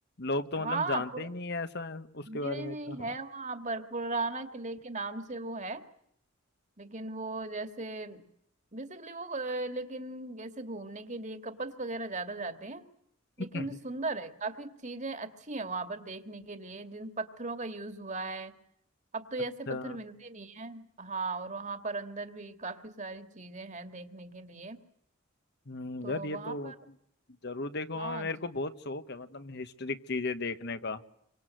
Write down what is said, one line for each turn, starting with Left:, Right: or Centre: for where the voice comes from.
Left: लोग तो
Right: हाँ
Left: मतलब जानते
Right: पुर...
Left: ही नहीं है ऐसा है उसके
Right: नहीं
Left: बारे
Right: नहीं
Left: में
Right: नहीं
Left: इतना
Right: है वहाँ पर पुराना किले के नाम से वो है लेकिन वो जैसे बेसिकली वो अ, लेकिन जैसे घूमने के लिए कपल्स वगैरह ज्यादा जाते हैं
Left: <laughs>
Right: लेकिन सुंदर है काफी चीजें अच्छी हैं वहां पर देखने के लिए जिन पत्थरों का यूज हुआ है अब तो ऐसे
Left: अच्छा
Right: पत्थर मिलते नहीं है हाँ और वहां पर अंदर भी काफी सारी चीजें हैं देखने के लिए
Left: हम्म
Right: तो
Left: यार ये
Right: वहां
Left: तो
Right: पर
Left: जरूर देखूंगा
Right: हाँ
Left: मैं मेरे
Right: ज-
Left: को बहुत शौक है मतलब हिस्टोरिक चीजें देखने का